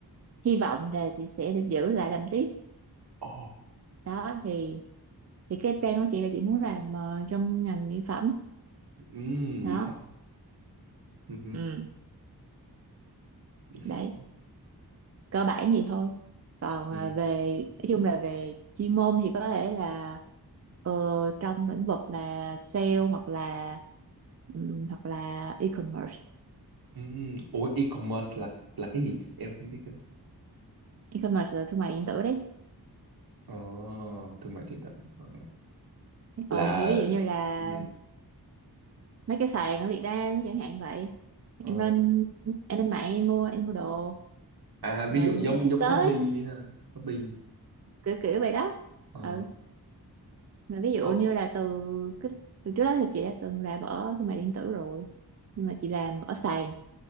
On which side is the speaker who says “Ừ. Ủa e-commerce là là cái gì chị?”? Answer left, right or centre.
Right